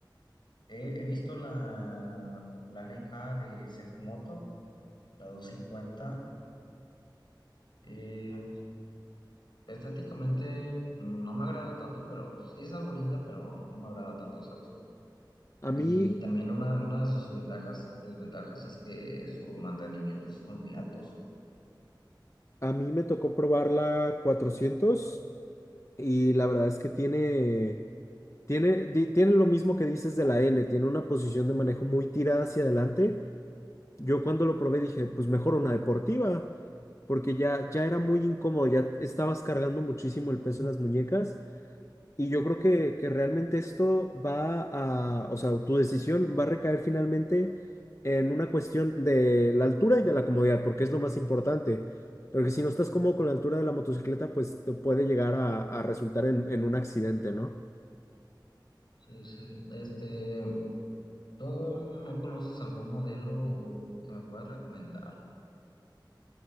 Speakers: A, on the left; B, on the left.
A: He, he visto la, la NK de Seth Moto, la 250. eh, estéticamente no me agrada tanto, pero sí es algo linda, pero no me agrada tanto, ¿sabes?
B: A
A: Y
B: mí,
A: también una, una de sus ventajas, desventajas es que sus mantenimientos son muy altos.
B: a mí me tocó probar la 400 y la verdad es que tiene, tiene, di- tiene lo mismo que dices de la N, tiene una posición de manejo muy tirada hacia adelante. Yo cuando lo probé dije, pues mejor una deportiva, porque ya, ya era muy incómodo, ya estabas cargando muchísimo el peso en las muñecas. Y yo creo que, que realmente esto va a, o sea, tu decisión va a recaer finalmente en una cuestión de la altura y de la comodidad, porque es lo más importante. Porque si no estás cómodo con la altura de la motocicleta, pues te puede llegar a, a resultar en, en un accidente, ¿no?
A: Sí, sí. Este, ¿tú no conoces algún modelo o que me puedas recomendar?